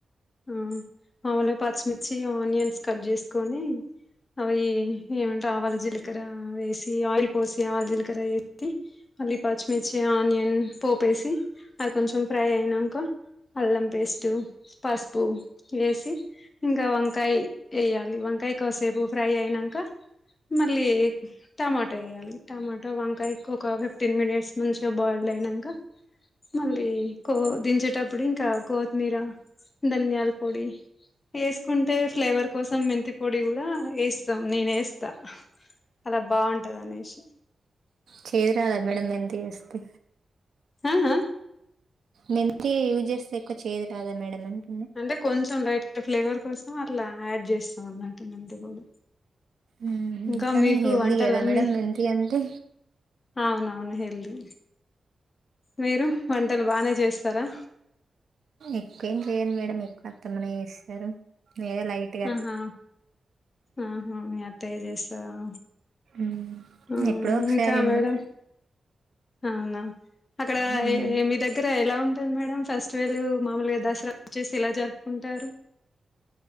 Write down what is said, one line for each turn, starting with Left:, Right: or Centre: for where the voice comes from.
Left: ఆ మాముూలుగా పచ్చిమిర్చి ఆనియన్స్ కట్ చేసుకొని అవి ఏమంటే ఆవల జీలకర వేసి ఆయిల్ పోసి ఆవల జీలకర వే మళ్ళీ పచ్చిమిర్చి ఆనియన్ పోపేసి అది కొంచెం ఫ్రై అయినా ఒక అల్లం పేస్ట్ పసుపు వేసి ఇంకా వంకాయ వేయాలి వంకాయ కాసేపు ఫ్రై అయినాక మళ్ళీ టమాటో వేయ్యాలి టమాటా వంకా ఎక్కువ ఒక ఫిఫ్టీన్ మినిట్స్ మంచిగా బాయిల్డ్ అయినాక మళ్ళీ కో దించేటప్పుడు ఇంకా కొత్మీర ధనియాల పొడి వేసుకుంటే ఫ్లేవర్ కోసం మెంతి పొడి కూడా వేస్తాం నేను వేస్త అలా బాగుంటదనేసి
Right: చేద్ రాదా మేడమ్ మెంతి వేస్తే
Left: హా హా
Right: మెంతి యూజ్ చేస్తే ఎక్కువ చేదు రాదా మేడ అంటే
Left: అంటే కొంచెం లైట్ ఫ్లేవర్ కోసం అట్లా యాడ్ చేస్తాం అన్నట్టు మెంతి పొడి
Right: మ్మ్.
Left: ఇంకా
Right: కానీ
Left: మీకు
Right: హెల్దీ
Left: వంటలన్నీ
Right: కదా మేడం మెంతి అంటే
Left: అవునవును హెల్ది మీరు వంటలు బానే చేస్తారా
Right: ఎక్కువ ఏం చెయ్యాను మేడం ఎక్కువ అత్త మనే చేస్తారు నేను లైట్
Left: ఆహా ఆహా మీ అత్తయ చేస్తాద
Right: మ్మ్.
Left: ఆ
Right: ఎప్పుడో ఒకసారి
Left: ఇంకా మేడం
Right: మనం
Left: అవునా అక్కడ
Right: మ్మ్.
Left: ఏ మీ దగ్గర ఎలా ఉంటంది మేడం ఫెస్ట్వేల్ మామూలుగా దసరా వచ్చేసి ఎలా జరుపుకుంటారు